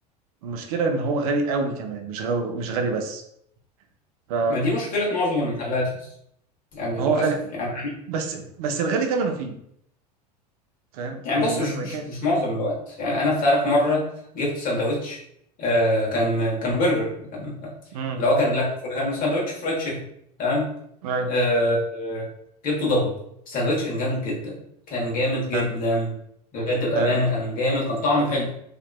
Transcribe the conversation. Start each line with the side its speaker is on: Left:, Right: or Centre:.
Right: المشكله ان هو غالي قوي كمان مش غالي مش غالي بس ف
Left: ما دي مشكله معظم المحلات يعني
Right: هو
Left: للأسف
Right: غالي
Left: يعني
Right: بس بس الغالي ثمنه فيه فاهم
Left: يعني
Right: يعني
Left: بص
Right: مهما
Left: مش مش
Right: كان
Left: مش معظم الوقت يعني أنا في عارف مرة جبت ساندوتش آه كان كان برجر كان
Right: امم
Left: اللي هو كان لك كان ساندوتش فرايد تشيكن تمام
Right: ايوه
Left: آه آه، جبته دبل الساندوتش كان جامد جدا كان جامد جدا
Right: حلو
Left: بجد بأمانة
Right: حلو
Left: كان جامد كان طعمه حلو